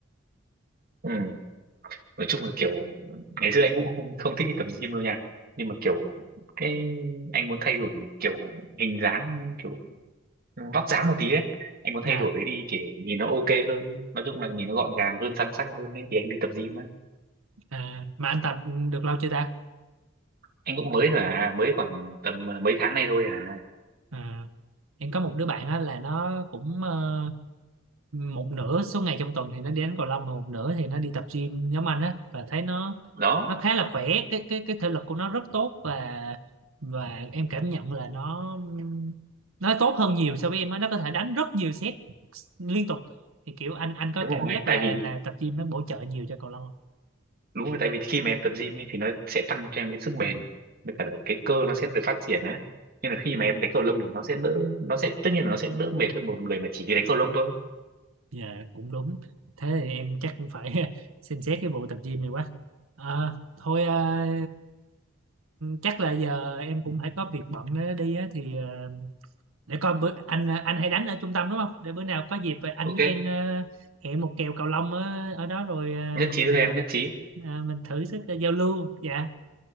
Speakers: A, on the right (about 45°); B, on the right (about 85°).
A: Ừ. nói chung là kiểu ngày xưa anh cũng không, không thích đi tập gym đâu nha nhưng mà kiểu cái anh muốn thay đổi kiểu hình dáng kiểu vóc dáng một tí ấy anh muốn thay
B: à,
A: đổi đi để nhìn nó ok hơn nói chung là nhìn nó gọn gàng hơn săn sắc hơn ấy thì anh đi tập gym ấy
B: à mà anh tập được lâu chưa ta
A: anh cũng mới thôi à mới khoảng tầm à, mấy tháng nay thôi à
B: à, em có một đứa bạn á là nó cũng ờ, một nửa số ngày trong tuần thì nó đi đánh cầu lông mà một nửa thì nó đi tập gym nhóm anh á và thấy nó
A: đó
B: nó khá là khỏe cái cái cái thể lực của nó rất tốt và và em cảm nhận là nó nó tốt hơn nhiều so với em á nó có thể đánh rất nhiều set liên tục thì kiểu anh anh có
A: đúng
B: cảm
A: rồi
B: giác
A: tại
B: là
A: vì
B: là tập gym nó bổ trợ nhiều cho cầu lông không?
A: đúng rồi tại vì khi mà em tập gym ấy thì nó sẽ tăng cho em cái sức bền với cả là cái cơ nó sẽ được phát triển á nhưng là khi mà em đánh cầu lông thì nó sẽ đỡ nó sẽ tất nhiên là nó sẽ đỡ mệt hơn một người mà chỉ đi đánh cầu lông thôi
B: Dạ cũng đúng thế thì em chắc cũng phải <laughs> xem xét cái vụ tập gym này quá Ờ, thôi ờ, chắc là giờ em cũng phải có việc bận đó đi á thì ờ, để coi bữa anh anh hay đánh ở trung tâm đúng không để bữa nào có dịp ờ, anh
A: ok
B: với em ờ, hẹn một kèo cầu lông ở, ở đó rồi ờ,
A: nhất
B: mình
A: trí thôi em
B: ờ,
A: nhất trí
B: ờ, mình thử sức ờ, giao lưu dạ